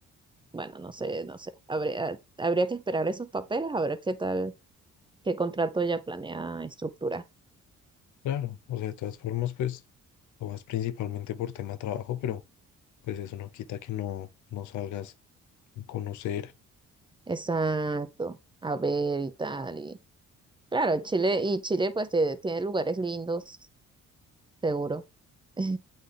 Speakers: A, on the right (about 15°); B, on the left (about 75°).
A: bueno, no sé, no sé. Habría, habría que esperar esos papeles, a ver qué tal, qué contrato ella planea estructurar.
B: claro, o sea, de todas formas, pues lo vas principalmente por tema trabajo, pero pues eso no quita que no, no salgas a conocer.
A: Exacto, a ver y tal. Y claro, Chile, y Chile pues te- tiene lugares lindos, seguro, <laughs>